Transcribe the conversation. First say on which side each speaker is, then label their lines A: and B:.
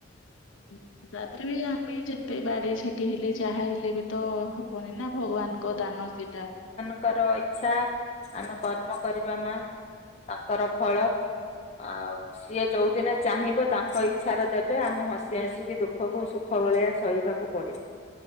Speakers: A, on the left; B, on the left.
A: ହୁଁ ତାପରେ ବି ଆମେ ଯେତେ ବାଦେଇ ଛାଟେଇ ହେଲେ ଯାହା ହେଲେ ବି ତ ହବନି ନା ଭଗବାନଙ୍କ ଦାନ ସେଇଟା
B: ତାଙ୍କର ଇଚ୍ଛା ଆମେ କର୍ମ କରିବା ମା ତାଙ୍କର ଫଳ। ଆଉ ସିଏ ଯୋଉ ଦିନେ ଚାହିଁବ ତାଙ୍କ ଇଚ୍ଛାରେ ଦେବେ ଆମେ ହସି ହସିକି ଦୁଃଖକୁ ଖ ଭଳିଆ ସହିବାକୁ ପଡିବ।